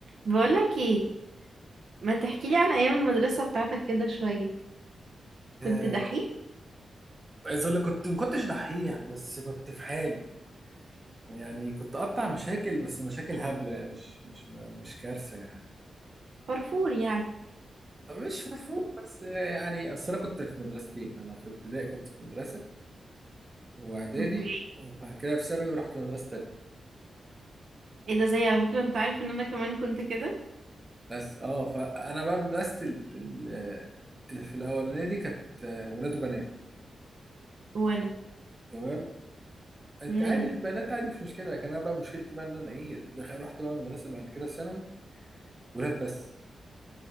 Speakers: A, on the right; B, on the right.
A: بقولك ايه ما تحكيلي عن ايام المدرسة بتاعتك كده شوية كنت
B: آه،
A: دحيح
B: عايز اقول لك كنت ما كنتش دحيح بس كنت في حالي يعني كنت اقطع مشاكل بس مشاكل هبله يعني مش مش مش كارثه يعني
A: فرفور يعني
B: مش مرفوع بس يعني اصل انا كنت في مدرستين انا في ابتدائي كنت في مدرسه واعدادي
A: اوكي
B: وبعد كده في ثانوي رحت مدرسه تانيه
A: ايه ده زي على فكرة انت عارف ان انا كمان كنت كده
B: بس اه فانا بقى مدرستي ال- ال- اللي في الاولانيه دي كانت آه، ولاد وبنات
A: وانا
B: تمام انت
A: امم
B: عادي البنات عادي مش مشكله لكن انا بقى مشكلتي بقى ان انا ايه دخل رحت بقى مدرسه بعد كده في ثانوي ولاد بس